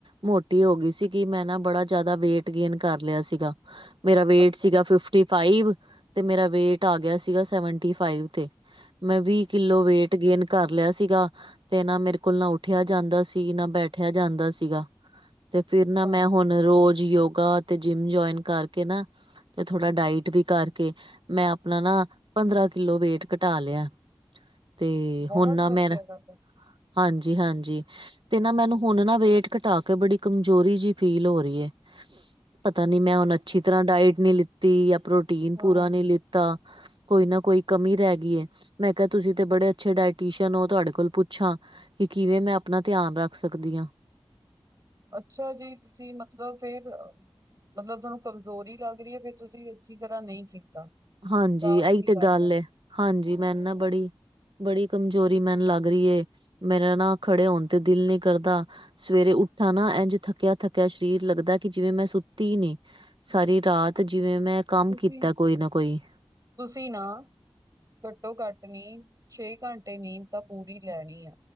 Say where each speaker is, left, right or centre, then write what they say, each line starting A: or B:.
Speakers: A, on the right; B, on the right.
A: ਮੋਟੀ ਹੋ ਗਈ ਸੀਗੀ, ਮੈਂ ਨਾ ਬੜਾ ਜਿਆਦਾ ਵੇਟ ਗੇਨ ਕਰ ਲਿਆ ਸੀਗਾ, ਮੇਰਾ ਵੇਟ
B: ਅੱਛਾ
A: ਸੀਗਾ ਫਿਫ ਫਿਫਟੀ ਫਾਈਵ, ਤੇ ਮੇਰਾ ਵੇਟ ਆ ਗਿਆ ਸੀਗਾ ਸੈਵਨਟੀ ਫਾਈਵ ਤੇ, ਮੈਂ ਵੀਹ ਕਿੱਲੋ ਵੇਟ ਗੇਨ ਕਰ ਲਿਆ ਸੀਗਾ। ਤੇ ਨਾ ਮੇਰੇ ਕੋਲ ਨਾ ਉੱਠਿਆ ਜਾਂਦਾ ਸੀ, ਨਾ ਬੈਠਿਆ ਜਾਂਦਾ ਸੀਗਾ। ਤੇ ਫਿਰ
B: ਹਾਂ-ਹਾਂ
A: ਨਾ ਮੈਂ ਹੁਣ ਰੋਜ਼ ਯੋਗਾ, ਤੇ ਜਿੰਮ ਜੁਇਨ ਕਰਕੇ ਨਾ ਥੋੜ੍ਹਾ ਡਾਇਟ ਵੀ ਕਰਕੇ ਮੈਂ ਆਪਣਾ ਨਾ ਪੰਦਰਾਂ ਕਿੱਲੋ ਵੇਟ ਘਟਾ ਲਿਆ। ਤੇ
B: ਬਹੁਤ
A: ਹੁ ਨਾ
B: ਵਧੀਆ
A: ਮੇਰਾ,
B: ਗੱਲ ਹੈ।
A: ਹਾਂਜੀ ਹਾਂਜੀ। ਤੇ ਨਾ ਮੈਨੂੰ ਹੁਣ ਨਾ ਵੇਟ ਘਟਾ ਕੇ ਬੜੀ ਕਮਜ਼ੋਰੀ ਜਿਹੀ ਫੀਲ ਹੋ ਰਹੀ ਹੈ। ਪਤਾ ਨੀ ਮੈਂ ਹੁਣ ਅੱਛੀ ਤਰ੍ਹਾਂ ਡਾਇਟ ਨਹੀਂ ਲਿੱਤੀ ਜਾਂ ਪ੍ਰੋਟੀਨ
B: ਹਾਂ-ਹਾਂ
A: ਪੂਰਾ ਨਹੀਂ ਲੀ ਤਾਂ ਕੋਈ ਨਾ ਕੋਈ ਕਮੀ ਰਹਿ ਗਈ ਐ। ਮੈਂ ਕਿਹਾ ਤੁਸੀਂ ਤੇ ਬੜੇ ਅੱਛੇ ਡਾਇਟੀਅ ਹੋ, ਤੁਹਾਡੇ ਕੋਲੋ ਪੁੱਛਾਂ। ਕਿ ਕਿਵੇਂ ਮੈਂ ਆਪਣਾ ਧਿਆਨ ਰੱਖ ਸਕਦੀ ਹਾਂ।
B: ਅੱਛਾ ਜੀ, ਤੁਸੀਂ ਮਤਲਬ ਫੇਰ ਮਤਲਬ ਤੁਹਾਨੂੰ ਕਮਜ਼ੋਰੀ ਲੱਗ ਰਹੀ ਹੈ, ਫਿਰ ਤੁਸੀਂ ਅੱਛੀ ਤਰ੍ਹਾਂ ਨਹੀਂ ਕੀਤਾ।
A: ਹਾਂਜੀ
B: ਸਾਫ਼
A: ਇਹੀ
B: ਜੀ
A: ਤੇ ਗੱਲ
B: ਹੈ
A: ਐ, ਹਾਂਜੀ ਮੈ ਨਾ ਬੜੀ ਬੜੀ ਕਮਜ਼ੋਰੀ ਮੈਨੂੰ ਲੱਗ ਰਹੀ ਏ, ਮੇਰਾ ਨਾ ਖੜੇ ਹੋਣ ਤੇ ਦਿਲ ਨੀ ਕਰਦਾ। ਸਵੇਰੇ ਉੱਠਾ ਨਾ ਇੰਝ ਥੱਕਿਆ ਥੱਕਿਆ ਸਰੀਰ ਲੱਗਦਾ, ਕਿ ਜਿਵੇਂ ਮੈਂ ਸੁੱਤੀ ਹੀ ਨੀ। ਸਾਰੀ ਰਾਤ ਜਿਵੇਂ ਮੈਂ ਕੰਮ
B: ਤੁਸੀਂ
A: ਕੀਤਾ, ਕੋਈ ਨਾ ਕੋਈ।
B: ਤੁਸੀਂ ਨਾ ਘੱਟੋ ਘੱਟ ਨੀਂਦ, ਛੇ ਘੰਟੇ ਨੀਂਦ ਤਾਂ ਪੂਰੀ ਲੈਣੀ ਐ,